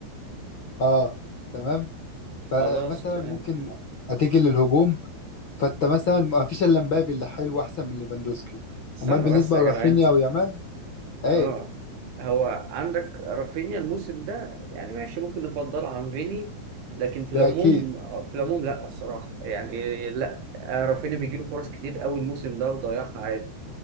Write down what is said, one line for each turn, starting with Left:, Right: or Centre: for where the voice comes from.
Left: اه تمام فمثلا
Right: خلاص تمام
Left: ممكن هتيجي للهجوم فانت مثلا ما فيش الا مبابي اللي حلو احسن من ليفاندوسكي
Right: استنى
Left: امال بالنسبه
Right: بس يا
Left: لرافينيا
Right: جدع انت
Left: ويامال ايه
Right: اه هو عندك رافينيا الموسم ده يعني ماشي ممكن نفضله عن فيني لكن في
Left: ده
Right: العموم
Left: اكيد
Right: في العموم لا الصراحه يعني لا رافينيا بيجيله فرص كتير قوي الموسم ده وضيعها عادي